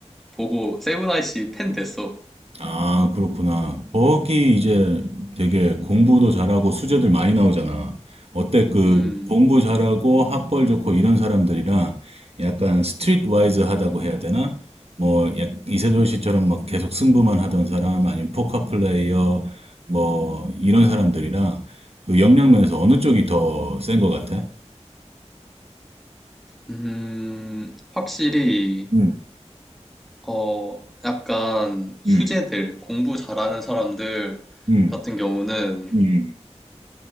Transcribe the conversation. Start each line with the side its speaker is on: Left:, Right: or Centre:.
Centre: 보고 세븐아이씨 팬 됐어.
Right: 아, 그렇구나. 거기 이제 되게 공부도 잘하고 수제들 많이 나오잖아. 어때? 그
Centre: 음,
Right: 공부 잘하고 학벌 좋고 이런 사람들이랑 약간 스트리트 와이즈하다고 해야 되나? 뭐 약- 이세돌 씨처럼 막 계속 승부만 하던 사람 아니면 포커 플레이어 뭐 이런 사람들이랑 그 역량 면에서 어느 쪽이 더 센 것 같아?
Centre: 음, 확실히,
Right: 음.
Centre: 어, 약간 수재들,
Right: 음,
Centre: 공부 잘하는 사람들
Right: 음,
Centre: 같은 경우는
Right: 음,